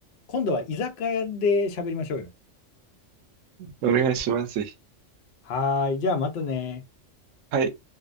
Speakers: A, on the left (about 55°); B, on the right (about 80°).
A: 今度は居酒屋で喋りましょうよ。
B: お願いします。ぜひ
A: はーい、じゃあまたね。
B: はい。